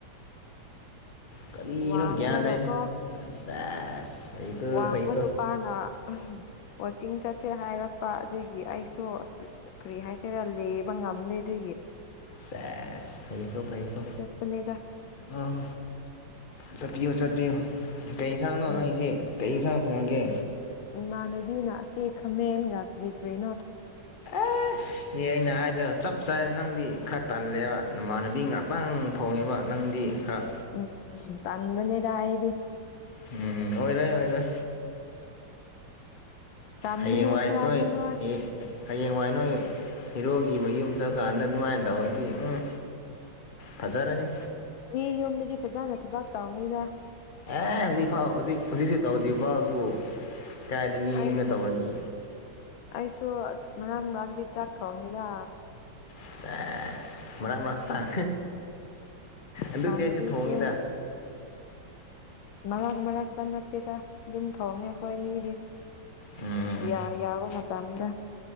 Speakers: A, on the left; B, on the left.
A: ꯀꯔꯤꯅꯣ
B: ꯋꯥꯡꯉꯒ
A: ꯒ꯭ꯌꯥꯟ ꯇꯥꯏꯅꯦ
B: ꯀꯣ
A: ꯁꯦꯁ ꯐꯩꯀꯣ
B: ꯋꯥꯡꯕ
A: ꯐꯩꯀꯣ
B: ꯅꯨꯄꯥꯅ ꯋꯥꯛꯀꯤꯡ ꯆꯠꯁꯦ ꯍꯥꯏꯔꯛꯄ ꯑꯗꯨꯒꯤ ꯑꯩꯁꯨ ꯀꯔꯤ ꯍꯥꯏꯁꯤꯦꯔꯥ ꯂꯦꯕ ꯉꯝꯗꯦ ꯑꯗꯨꯒꯤ
A: ꯁꯦꯁ ꯐꯩꯀꯣ ꯐꯩꯀꯣ
B: ꯆꯠꯄꯅꯤꯗ
A: ꯑꯥ ꯆꯠꯄꯤꯌꯨ ꯆꯠꯄꯤꯌꯨ ꯀꯩ ꯌꯦꯟꯁꯥꯡꯅꯣ
B: ꯎꯝ
A: ꯅꯪꯒꯤꯁꯤ ꯀꯩ ꯌꯦꯟꯁꯥꯡ ꯊꯣꯡꯉꯒꯦ
B: ꯏꯃꯥꯟꯅꯕꯤꯅ ꯑꯁꯤ ꯈꯥꯃꯦꯟꯒ ꯀꯔꯤ ꯀ꯭ꯔꯤꯅꯣ
A: ꯑꯁ ꯑꯩꯅ ꯍꯥꯏꯗ ꯆꯞ ꯆꯥꯏꯕ ꯅꯪꯗꯤ ꯈꯔ ꯇꯜꯂꯦꯕ ꯅꯃꯥꯟꯅꯕꯤ ꯉꯍꯥꯛꯇꯪ ꯐꯣꯡꯉꯦꯕ ꯅꯪꯗꯤ ꯈꯔ
B: ꯎꯝ ꯄꯅꯦꯗꯥꯏꯔꯤꯦ
A: ꯎꯝ ꯑꯣꯏꯔꯣꯏ ꯑꯣꯏꯔꯣꯏ
B: ꯇꯟꯕꯅꯦ
A: ꯍꯌꯦꯡꯋꯥꯏ
B: ꯈꯔꯗꯤ
A: ꯅꯣꯏ
B: ꯍꯣꯏ
A: ꯍꯌꯦꯡꯋꯥꯏ ꯅꯣꯏ ꯍꯤꯔꯣꯒꯤ ꯃꯌꯨꯝ ꯆꯠꯀꯥꯟꯗ ꯑꯗꯨꯃꯥꯏꯅ ꯇꯧꯔꯗꯤ ꯎꯝ ꯍꯖꯔꯥꯅꯤ
B: ꯃꯤ ꯌꯨꯝꯗꯗꯤ ꯐꯖꯅ ꯊꯕꯛ ꯇꯧꯅꯤꯗ
A: ꯑꯦ ꯍꯧꯖꯤꯛꯐꯥꯎ ꯍꯧꯖꯤꯛ ꯍꯧꯖꯤꯛꯁꯨ ꯇꯧꯗ꯭ꯔꯤꯐꯥꯎ ꯑꯗꯨꯕꯨ ꯀꯥꯏꯗ
B: ꯑꯁ
A: ꯃꯤ
B: ꯑꯩ
A: ꯌꯨꯝꯗ ꯇꯧꯔꯗꯤ
B: ꯑꯩꯁꯨ ꯃꯔꯥꯡ ꯃꯔꯗꯤ ꯆꯥꯛ ꯊꯣꯡꯉꯤꯗ
A: ꯑꯁ ꯃꯔꯛ ꯃꯔꯛ ꯇꯥꯦ ꯑꯗꯨꯗꯤ
B: ꯏꯃꯥꯟꯅꯕꯤꯁꯨ
A: ꯑꯩꯁꯨ ꯊꯣꯡꯉꯤꯗ
B: ꯃꯔꯛ ꯃꯔꯛꯇ ꯅꯛꯇꯦꯗ ꯑꯗꯨꯝ ꯊꯣꯡꯉꯦ ꯑꯩꯈꯣꯏ ꯃꯤꯗꯤ
A: ꯎꯝ
B: ꯌꯥ ꯌꯕꯥ ꯃꯇꯝꯇ